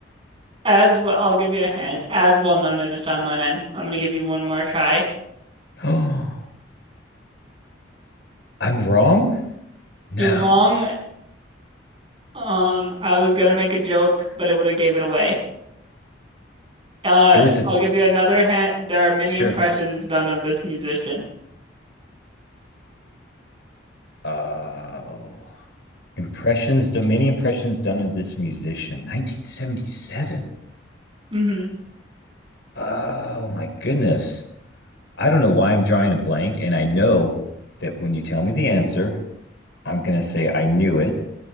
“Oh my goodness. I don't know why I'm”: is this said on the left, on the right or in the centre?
Left